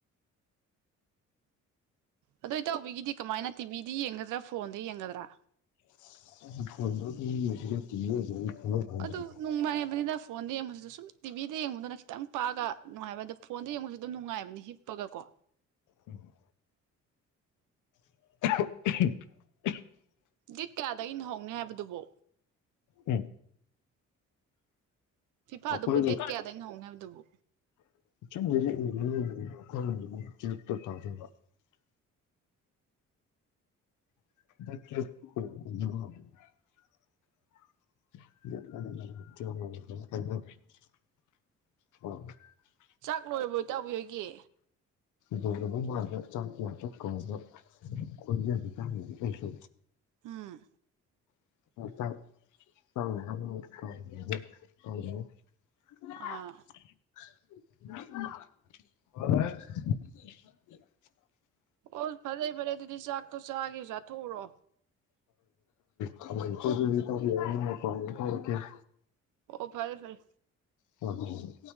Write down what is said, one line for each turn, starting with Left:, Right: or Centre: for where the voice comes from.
Right: ꯑꯗꯨꯏ ꯇꯧꯕꯤꯒꯤꯗꯤ ꯀꯃꯥꯏꯅ ꯇꯤꯚꯤꯗ ꯌꯦꯡꯒꯗ꯭ꯔꯥ ꯐꯣꯟꯗ ꯌꯦꯡꯒꯗ꯭ꯔꯥ
Left: ꯐꯁꯤ <unintelligible>
Right: ꯑꯗꯨ ꯅꯨꯡꯉꯥꯏꯕꯅꯤꯅ ꯐꯣꯟꯗ ꯌꯦꯡꯕꯁꯤꯗ ꯁꯨꯝ ꯇꯤꯚꯤꯗ ꯌꯦꯡꯕꯗꯨꯅ ꯈꯤꯇꯪ ꯄꯥꯛꯑꯒ ꯅꯨꯡꯉꯥꯏꯕ ꯑꯗꯣ ꯐꯣꯟꯗ ꯌꯦꯡꯕꯁꯤ ꯑꯗꯨꯝ ꯅꯨꯡꯉꯥꯏꯕꯅꯤ ꯍꯤꯞꯄꯒꯀꯣ
Left: ꯎꯝ <unintelligible>
Right: ꯗꯦꯠ ꯀꯌꯥꯗꯒꯤꯅꯣ ꯍꯧꯅꯤ ꯍꯥꯏꯕꯗꯨꯕ
Left: ꯎꯝ
Right: ꯐꯤꯐꯥꯗꯨꯕꯨ
Left: ꯑꯩꯈꯣꯏꯅ
Right: ꯗꯦꯠ ꯀꯌꯥꯗꯩꯅ ꯍꯣꯡꯅꯦ ꯍꯥꯏꯕꯗꯨꯕꯨ
Left: <unintelligible> <unintelligible> <unintelligible>
Right: ꯆꯥꯛ ꯂꯣꯏꯔꯤꯕꯕꯣ ꯏꯇꯧꯕꯤ ꯍꯣꯏ ꯒꯤ
Left: ꯗꯧꯔꯕ ꯃꯥꯜꯂꯦ ꯆꯥꯛ ꯌꯥ ꯆꯠꯈꯕ ꯈꯣꯏꯖꯒꯤ ꯇꯥꯟꯅꯗꯤ ꯂꯩꯁꯨ
Right: ꯎꯝ
Left: <unintelligible> <unintelligible>
Right: ꯑꯥ
Left: <unintelligible>
Right: ꯑꯣ ꯐꯖꯩ ꯐꯔꯦ ꯑꯗꯨꯗꯤ ꯆꯥꯛꯇꯣ ꯆꯥꯒꯦ ꯆꯥꯊꯣꯛꯎꯔꯣ
Left: ꯀꯝꯃꯥꯒꯦꯀꯣ ꯏꯇꯥꯎꯕꯤ <unintelligible>
Right: ꯑꯣ ꯐꯥꯔꯦ ꯐꯥꯔꯦ
Left: ꯍꯣꯏ ꯍꯣꯏ